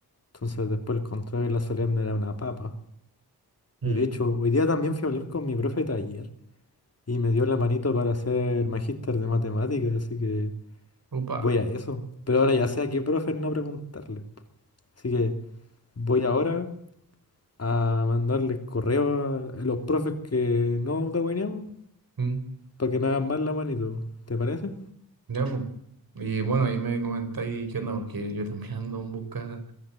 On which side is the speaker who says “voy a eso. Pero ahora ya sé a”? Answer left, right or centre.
Left